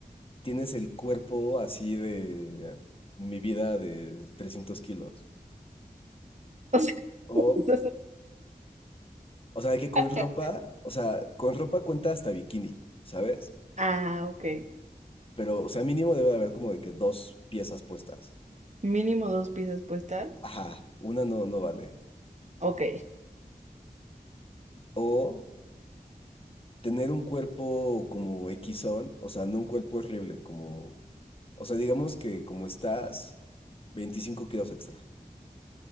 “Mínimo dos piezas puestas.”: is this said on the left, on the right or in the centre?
Right